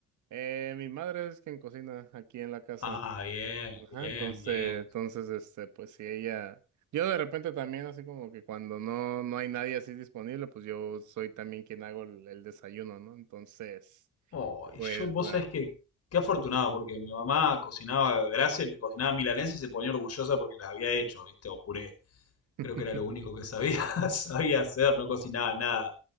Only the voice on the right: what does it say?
Eh, mi madre es quien cocina aquí en la casa.
Ajá,
entonces,
entonces, este, pues si ella, yo de repente también así como que cuando no, no hay nadie así disponible, pues yo soy también quien hago el, el desayuno, ¿no? Entonces,
pues
la,
<laughs>